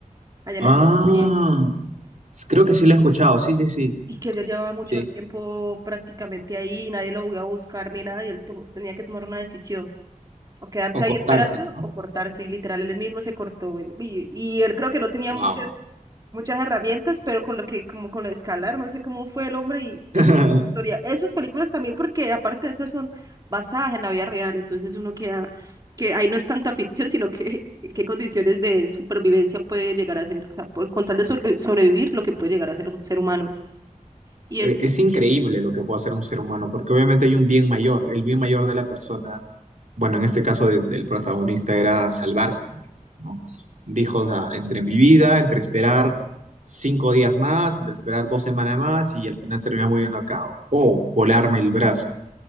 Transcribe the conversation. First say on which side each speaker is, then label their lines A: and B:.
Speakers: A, on the right; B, on the right.
A: allá
B: Ah,
A: en Estados Unidos,
B: s- creo que sí lo he escuchado. Sí, sí, sí.
A: y que yo llevaba mucho
B: Sí.
A: tiempo prácticamente ahí y nadie lo voy a buscar ni nada y él tuvo- tenía que tomar una decisión. o quedarse
B: O
A: ahí
B: cortarse,
A: esperando
B: ¿no?
A: o cortarse. Y literal, él mismo se cortó. él- Y, y él creo que no tenía
B: Wow.
A: muchas, muchas herramientas, pero con lo que, como con lo de escalar, no sé cómo fue el hombre. Y eso
B: <laughs>
A: es una historia. Esas películas también, porque aparte de eso, son basadas en la vida real. Entonces uno queda, que ahí no es tanta ficción, sino que <laughs> qué condiciones de supervivencia puede llegar a ser. O sea, por, con tal de sobre- sobrevivir, lo que puede llegar a ser un ser humano. Y
B: E-
A: él,
B: Es increíble lo que puede hacer un ser humano, porque obviamente hay un bien mayor. El bien mayor de la persona, bueno, en este caso de- del protagonista era salvarse, ¿no? O sea, ¿no? Dijo, o sea, entre mi vida, entre esperar cinco días más, entre esperar dos semanas más y al final terminar muriendo acá, o volarme el brazo.